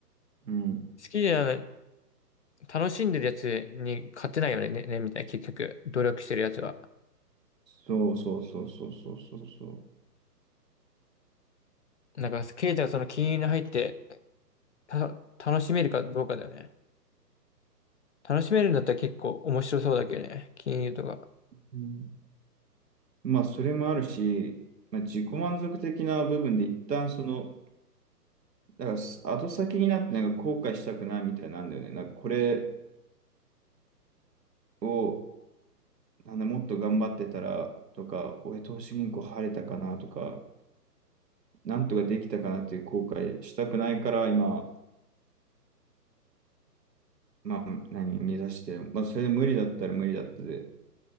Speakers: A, on the right; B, on the left.
A: うん
B: 好きじゃない、楽しんでるやつに勝てないよね、ね、ねみたいな結局努力してるやつは。
A: そうそうそうそうそうそうそう
B: なんか経済はその金融に入ってた楽しめるかどうかだよね。楽しめるんだったら結構面白そうだけどね、金融とか。
A: うん。まあ、それもあるし、まあ、自己満足的な部分で一旦その、だからす後先になってなんか後悔したくないみたいなんだよね。なんかこれを、なんだ、もっと頑張ってたらとか、俺投資銀行入れたかなとか、なんとかできたかなっていう後悔したくないから今、まあ、何、目指して、まあ、それで無理だったら無理だったで、